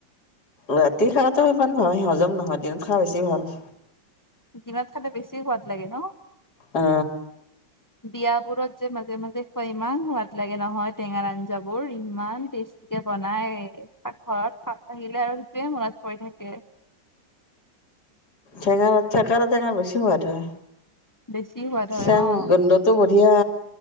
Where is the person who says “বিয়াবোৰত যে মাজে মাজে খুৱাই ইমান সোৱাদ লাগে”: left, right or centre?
Left